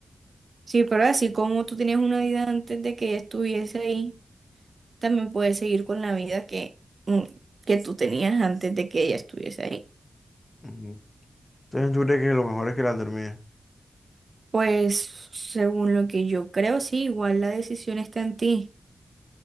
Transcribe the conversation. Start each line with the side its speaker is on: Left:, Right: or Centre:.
Right: Sí, pero así como tú tenías una vida antes de que ella estuviese ahí, también puedes seguir con la vida que, mm, que tú tenías antes de que ella estuviese ahí.
Left: Ujú. Entonces yo creo que lo mejor es que la termine.
Right: Pues según lo que yo creo, sí, igual la decisión está en ti,